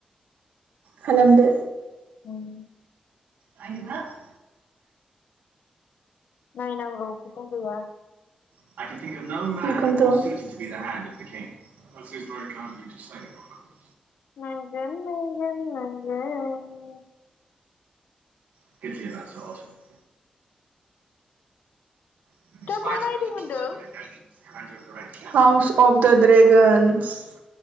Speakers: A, on the right; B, on the left.
A: खालामदो।
B: उम
A: <inaudible>
B: नायनांगौ खोथा गैया।
A: इखोनथ'। <inaudible>
B: <inaudible>
A: <inaudible> <inaudible>
B: दा मा नायदों होनदों